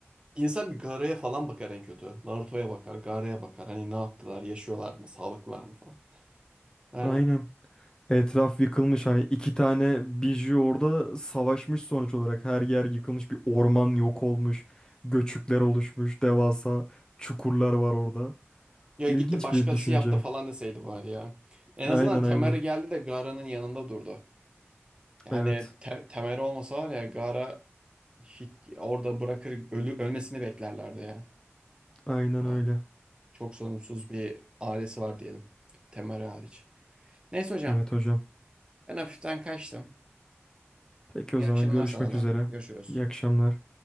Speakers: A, on the right; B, on the left.
A: insan bir Gaara'ya falan bakar en kötü. Naruto'ya bakar, Gaara'ya bakar. Hani ne yaptılar, yaşıyorlar mı, sağlıklılar mı falan. Yani
B: Aynen. Etraf yıkılmış hani iki tane biju orada savaşmış sonuç olarak. Her yer yıkılmış bir orman yok olmuş. Göçükler oluşmuş. Devasa çukurlar var orada.
A: ya
B: İlginç
A: gitti başkası
B: bir düşünce.
A: yaptı falan deseydi bari ya. En azından
B: Aynen
A: Temeri
B: aynen.
A: geldi de Gaara'nın yanında durdu. Yani
B: Evet.
A: te Temeri olmasa var ya Gaara hiç orada bırakır ölü ölmesini beklerlerdi ya.
B: Aynen
A: Ha,
B: öyle.
A: çok sorumsuz bir ailesi var diyelim. Temeri hariç. Neyse hocam
B: Evet hocam.
A: ben hafiften kaçtım.
B: Peki
A: İyi
B: o zaman
A: akşamlar
B: görüşmek
A: sana da.
B: üzere.
A: Görüşürüz.
B: İyi akşamlar.